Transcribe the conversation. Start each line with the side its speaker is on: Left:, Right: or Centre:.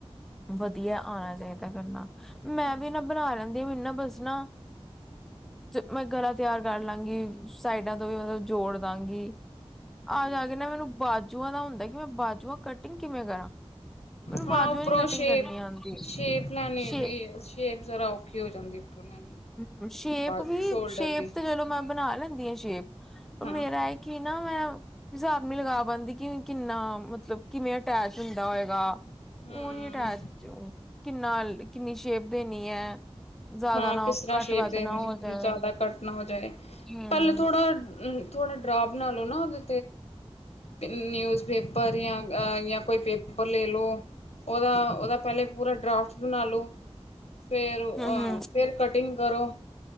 Centre: ਵਧੀਆ ਆ ਏ ਤੇ ਹੇਗਾ ਕਰਨਾ, ਮੈਂ
Left: ਹੂੰ
Centre: ਵੀ ਨਾ ਬਣਾ ਲੈਂ ਕਹਿੰਦੀ ਮੈਨੂੰ ਨਾ ਬਸ ਨਾ, ਮੈਂ ਗਲਾ ਤਿਆਰ ਕਰ ਲਾਂਗੀ, ਸਾਈਡਾਂ ਤੋਂ ਵੀ ਮਤਲਬ ਜੋੜ ਦਾਂਗੀ
Left: ਹੂੰ
Centre: ਆ ਜਾ ਕੇ ਨਾ ਮੈਨੂੰ ਬਾਜੂਆਂ ਦਾ ਹੁੰਦਾ ਕਿਵੇਂ ਬਾਜੂਆਂ ਕਟਿੰਗ ਕਿਵੇਂ ਕਰਾਂ ਮੈਨੂੰ
Left: ਹਾਂ
Centre: ਬਾਜੂਆਂ
Left: ਉੱਪਰੋਂ
Centre: ਨੀ ਕਟਿੰਗ
Left: ਸ਼ੇਪ,
Centre: ਕਰਨੀ ਆਉਂਦੀ
Left: ਸ਼ੇਪ ਲੈਣੀਦੀ
Centre: ਸ਼ੇ
Left: ਹੈ ਸ਼ੇਪ ਜ਼ਰਾ ਔਖੀ ਹੋ ਜਾਂਦੀ ਉੱਪਰੋਂ ਲੈਣੀ
Centre: ਹ ਸ਼ੇਪ
Left: ਬਾਅਦ
Centre: ਵੀ,
Left: ਸ਼ੋਲਡਰ
Centre: ਸ਼ੇਪ
Left: ਦੀ
Centre: ਤੇ ਜਲੋ ਮੈਂ ਬਣਾ ਲੈਂਦੀ ਹ ਜਿ <unintelligible> ਪਰ
Left: ਹਾਂ
Centre: ਮੇਰਾ ਇਹ ਕੀ ਨਾ ਮੈਂ ਹਿਸਾਬ ਨਹੀਂ ਲਗਾ ਪਾਉਦੀ ਕਿ, ਕਿੰਨਾ ਮਤਲਬ ਕਿਵੇਂ ਅਟੈਚ ਹੁੰਦਾ ਹੋਏਗਾ <unintelligible>
Left: ਹੂੰ
Centre: ਕਿੰਨਾ, ਕਿੰਨੀ ਸ਼ੇਪ ਦੇਣੀ ਹੈ? ਜ਼ਿਆਦਾ
Left: ਹਾਂ
Centre: ਨਾ।
Left: ਕਿਸ
Centre: ਘੱਟ
Left: ਸ਼ੇਪ
Centre: ਵੱਧ
Left: ਦੇਣੀ,
Centre: ਨਾ ਹੋ ਜਾਏ
Left: ਜ਼ਿਆਦਾ ਕੱਟ ਨਾ ਹੋ ਜਾਏ।
Centre: ਹਮ
Left: ਪਹਿਲੇ ਥੋੜਾ ਥੋੜਾ ਡਰਾ ਬਣਾ ਲਓ ਨਾ, ਉਹਦੇ ਤੇ ਨਿਊਜ਼ ਪੇਪਰ ਯਾ ਕੋਈ ਪੇਪਰ ਲੈ ਲਓ। ਉਹਦਾ, ਉਹਦਾ ਪਹਿਲੇ ਪੂਰਾ ਡਰਾਫਟ ਬਣਾ ਲਓ। ਫੇਰ, ਅਹ
Centre: ਹਮ ਹਮ
Left: ਫੇਰ ਕਟਿੰਗ। ਘਰੋਂ।